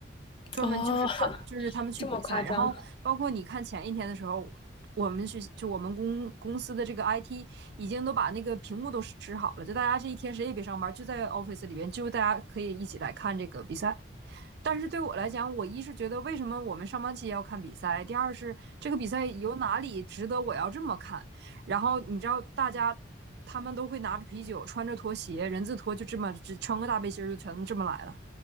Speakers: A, on the right; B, on the left.
A: 专门就是看，
B: 哦，<laughs>
A: 就是他们去比赛，
B: 这么夸张？
A: 然后包括你看前一天的时候，我们去就我们公公司的这个 IT 已经都把那个屏幕都支好了，就大家这一天谁也别上班，就在 office 里边，就大家可以一起来看这个比赛。但是对我来讲，我一是觉得为什么我们上班期要看比赛，第二是这个比赛有哪里值得我要这么看。然后你知道，大家他们都会拿着啤酒，穿着拖鞋，人字拖，就这么只穿个大背心就全这么来了。